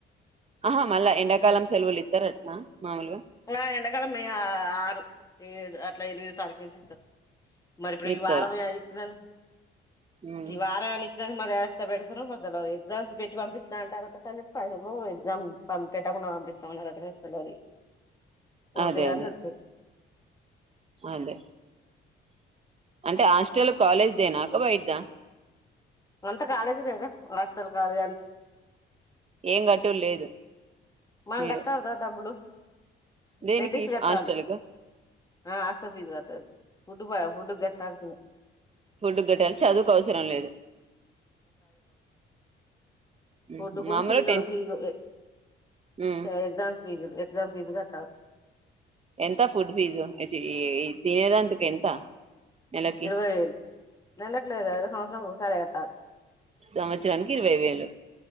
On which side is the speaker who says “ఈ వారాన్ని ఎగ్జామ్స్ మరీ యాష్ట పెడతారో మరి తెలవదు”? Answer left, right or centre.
Left